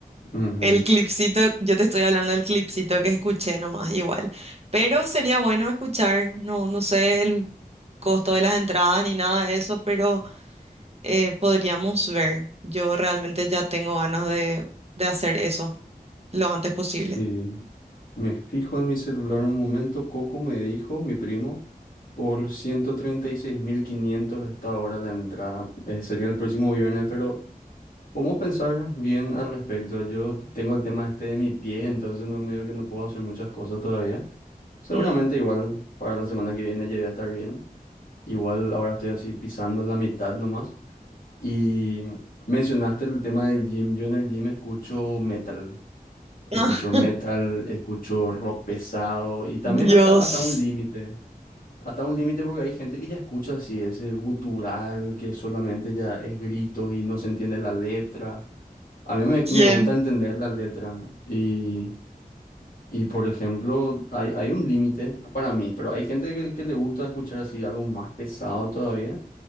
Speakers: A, on the left; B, on the right.
A: Ujú,
B: El clipcito, yo te estoy hablando del clipcito que escuché nomás, igual, pero sería bueno escuchar, no, no sé el costo de las entradas ni nada de eso, pero eh, podríamos ver. Yo realmente ya tengo ganas de, de hacer eso lo antes posible.
A: Sí, me fijo en mi celular un momento. Coco me dijo, mi primo, por 136.500 está ahora la entrada. Eh, sería el próximo viernes, pero ¿Cómo pensar bien al respecto? Yo tengo el tema este de mi pie, entonces no medio que no puedo hacer muchas cosas todavía. Seguramente
B: Mm.
A: igual para la semana que viene llegué a estar bien. Igual ahora estoy así pisando la mitad nomás. Y mencionaste el tema del gym. Yo en el gym escucho metal. Escucho
B: <laughs>
A: metal, escucho rock pesado y también
B: Dios,
A: hasta, hasta un límite. Hasta un límite porque hay gente que ya escucha así ese gutural que solamente ya es gritos y no se entiende la letra. A mí me,
B: ¿quién?
A: me gusta entender la letra y, y, por ejemplo, hay, hay un límite para mí, pero hay gente que, que le gusta escuchar así algo más pesado todavía.